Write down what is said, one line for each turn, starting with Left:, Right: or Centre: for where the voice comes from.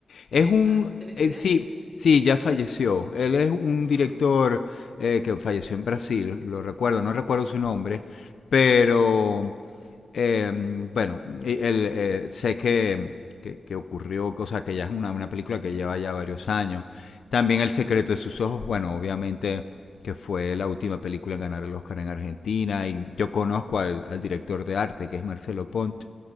Left: Es
Centre: esa?
Left: un.
Centre: ¿Tenés
Left: eh,
Centre: idea?
Left: sí, sí, ya falleció. Él es un
Centre: Ah,
Left: director eh, que falleció en Brasil, lo recuerdo, no recuerdo su nombre, pero eh, bueno, y el, eh, sé que, que, que ocurrió, cosa que ya es una, una película que lleva ya varios años. También El secreto de sus ojos, bueno, obviamente que fue la última película en ganar el Oscar en Argentina y yo conozco al, al director de arte que es Marcelo Pont